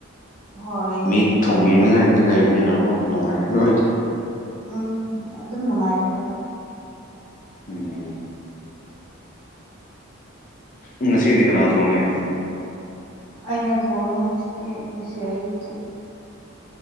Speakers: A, on the right; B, on the left.
A: ꯍꯣꯏ
B: ꯃꯤ ꯊꯣꯡꯕꯤꯅꯤꯡꯉꯥꯏ ꯃꯤ ꯂꯩꯕꯅꯤꯅꯀꯣ ꯅꯨꯡꯉꯥꯏ ꯅꯣꯏꯗꯤ
A: ꯎꯝ ꯑꯗꯨꯝ ꯅꯨꯡꯉꯥꯏ ꯍꯣꯏ
B: ꯎꯝ ꯉꯁꯤꯗꯤ ꯀꯅꯥ ꯊꯣꯡꯉꯦ
A: ꯑꯩꯅ ꯊꯣꯡꯉꯤ ꯉꯁꯤꯗꯤ ꯉꯁꯤ ꯑꯌꯨꯛꯇꯤ